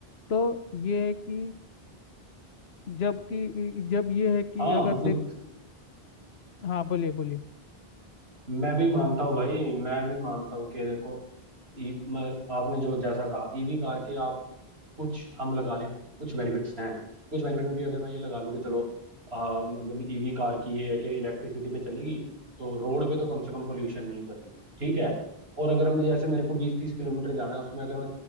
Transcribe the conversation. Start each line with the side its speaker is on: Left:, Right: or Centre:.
Left: तो ये है कि जबकि जब ये है कि
Right: हाँ
Left: अगर
Right: मतलब
Left: देख हाँ बोलिए बोलिए
Right: मैं भी मानता हूँ भाई मैं भी मानता हूँ कि देखो ई, म, आपने जो जैसा कहा ईवी कार के आप कुछ हम लगा लें कुछ बेनिफिट्स हैं कुछ बेनिफिट में भी अगर मैं ये लगा लूँ कि चलो आ, मतलब ईवी कार की ये है कि इलेक्ट्रिसिटी पे चलेगी तो रोड पे तो कम से कम पोल्यूशन नहीं कर रही ठीक है और अगर मैं जैसे मेरे को बीस तीस किलोमीटर जाना है उसमें अगर मैं